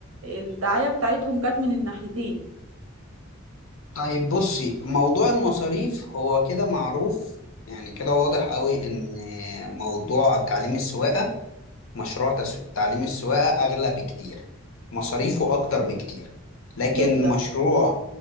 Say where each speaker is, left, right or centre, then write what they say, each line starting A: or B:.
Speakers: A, on the right; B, on the left.
A: الدعايه بتاعتهم جت من الناحيتين
B: طيب بصي موضوع المصاريف هو كده معروف يعني كده واضح قوي إن موضوع تعليم السواقة مشروع تس- تعليم السواقة أغلى بكتير مصاريفه أكتر بكتير لكن
A: جدا
B: مشروع